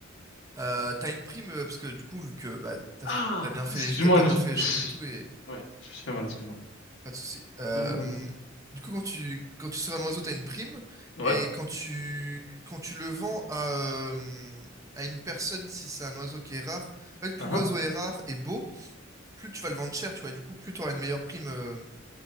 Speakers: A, on the right (about 15°); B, on the left (about 65°).
A: euh, t'as une prime euh, parce que du coup, vu que bah t'as,
B: Ah,
A: f- t'as bien fait
B: excuse-moi,
A: les, t'as t'as
B: je
A: bien fait
B: me
A: les choses
B: suis...
A: et tout, et
B: <laughs> Ouais, je me suis fait mal, excuse-moi.
A: pas de souci. Euh,
B: Ah, dis-moi, dis-moi.
A: du coup, quand tu quand tu sauves un oiseau, t'as une prime,
B: Ouais,
A: et quand tu quand tu le vends à euh, à une personne, si c'est un oiseau qui est rare, en fait, plus
B: ah,
A: l'oiseau est rare et beau. plus tu vas le vendre cher, tu vois. Du coup, plus tu auras une meilleure prime. euh,